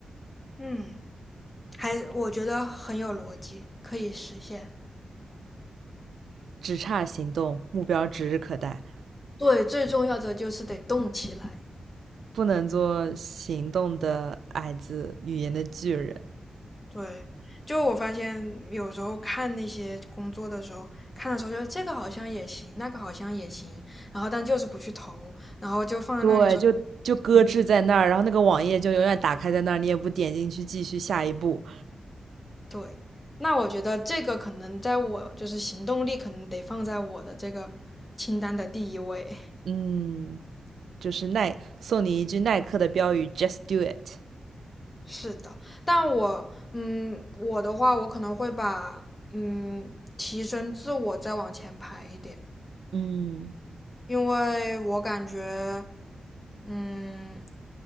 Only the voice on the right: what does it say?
只差行动，目标指日可待，
不能做行动的矮子，语言的巨人。
对，就就搁置在那儿，
然后那个网页就永远打开在那儿，你也不点进去继续下一步。
嗯，就是耐，送你一句耐克的标语，Just do it。
嗯，